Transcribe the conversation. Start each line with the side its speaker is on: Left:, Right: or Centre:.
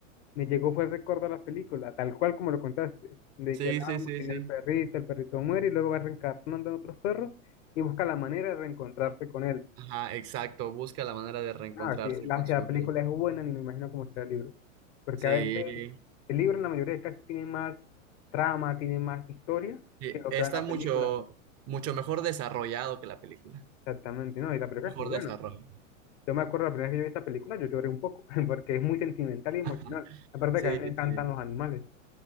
Left: Me llegó fue el recuerdo a la película, tal cual como lo contaste, de
Right: Sí,
Left: que el
Right: sí,
Left: amo
Right: sí,
Left: tiene
Right: sí.
Left: el perrito, el perrito muere y luego va reencarnando en otros perros y busca la manera de reencontrarse con él.
Right: Ajá, exacto. Busca la manera de reencontrarse
Left: No, sí, la,
Right: con
Left: si
Right: su...
Left: la película es buena, ni me imagino cómo será el libro. Porque
Right: Sí.
Left: a veces el libro en la mayoría de casos tiene más trama, tiene más historia
Right: Sí,
Left: que lo
Right: está
Left: que va en la
Right: mucho,
Left: película.
Right: mucho mejor desarrollado que la película.
Left: Exactamente, no, y la película
Right: Mejor
Left: es muy buena.
Right: desarrollo.
Left: Yo me acuerdo la primera vez que yo vi esa película, yo lloré un poco, <laughs> porque es muy sentimental y emocional.
Right: <laughs>
Left: Aparte que a mí
Right: Sí,
Left: me encantan
Right: sí.
Left: los animales.